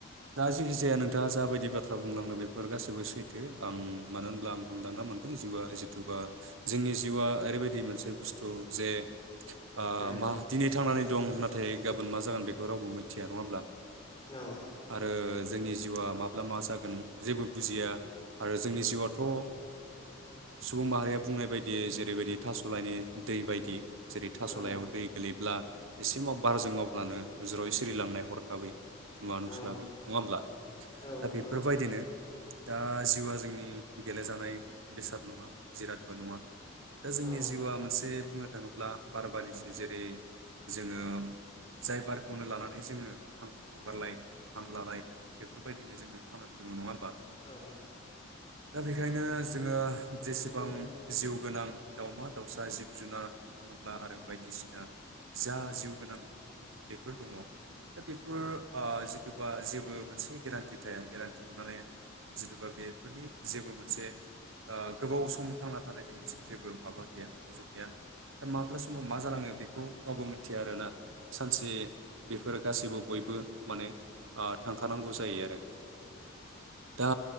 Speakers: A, on the right; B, on the left.
A: दा जेखि जाया नोंथाङा जाबायदि बाथ्रा बुंलांनो बेफोर गासैबो सैथ थो आं मानो होनब्ला आं हमदांना मोनदों जिउआ जिथुबा जोंनि जिउआ ओरैबायदि मोनसे बुस्थु थ जे ओ
B: उम
A: मा दिनै थांनानै दं नाथाय गाबोन मा जागोन बेखौ रावबो मिथिया नङा होमब्ला?
B: औ।
A: आरो जोंनि जिउआ माब्ला मा जागोन जेबो बुजिया आरो जोंनि जिउ आथ' ओ सुबुं माहारिया बुंनाय बायदि जेरैबायदि थास'लाइनि दै बायदि जेरै थास'लायाव
B: औ
A: दै गोलैब्ला एसे माव
B: औ
A: बारजों मावब्लानो ज्रय। सिरिलांनाय हरखाबै। नुवा नुस्लाबि
B: औ
A: नङा होमब्ला
B: औ
A: दा
B: नंगौ
A: बेफोर बायदिनो दा जीउ आ जोंनि गेले जानाय बेसाद नङा जिरादबो नङा। दा जोंनि
B: औ
A: जिउआ मोनसे बुंनो थाङोब्ला बार बारिसो जेरै जोङो जाय बारखौनो लानानै जोङो हां हगारलाय हां लालाय बेफोर बायदिनो जोङो थांनानै दङ नङा होमबा?
B: औ
A: दा बेखायनो जोङो जेसेबां
B: नंगौ
A: जिउ गोनां दाउमा दाउसा जिब जुनार एम्फौ एनला आरो बायदिसिना जा जिउ गोनां बेफोर दङ दा बेफोर ओ जिथुबा जेबो मोनसे गेरान्थि थाया गेरान्थि माने जेथ'बा बेफोरनि जेबो मोनसे ओ गोबाव सम थांना थानायनि मोनसे जेबो माबा गैया अजु गैया दा माब्ला समाव मा जानङो बेखौ रावबो मिथिया आरोना सानसे बेफोर गासैबो बयबो माने ओ थांखानांगौ जायो आरो। दा